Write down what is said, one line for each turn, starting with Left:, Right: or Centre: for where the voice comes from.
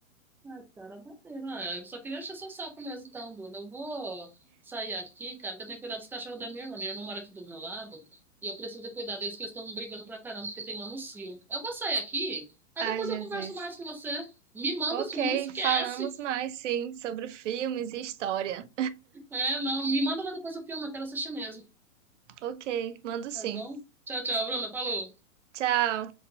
Centre: Ah, cara, maneiro. Ah, eu só queria encher seu saco mesmo, então, Bruna. Eu vou sair aqui, cara, que eu tenho que cuidar dos cachorros da minha irmã. Minha irmã mora aqui do meu lado e eu preciso de cuidar deles, que eles estão brigando pra caramba, porque tem um anuncio. Eu vou sair aqui, aí
Right: Ai,
Centre: depois
Right: Jesus.
Centre: eu converso mais com você. Me manda
Right: Ok,
Centre: o filme, não esquece.
Right: falamos mais, sim, sobre filmes e história.
Centre: É, não, me manda lá depois o filme, eu quero assistir mesmo.
Right: Ok, mando sim.
Centre: Tá bom? Tchau, tchau, Bruna. Falou.
Right: Tchau.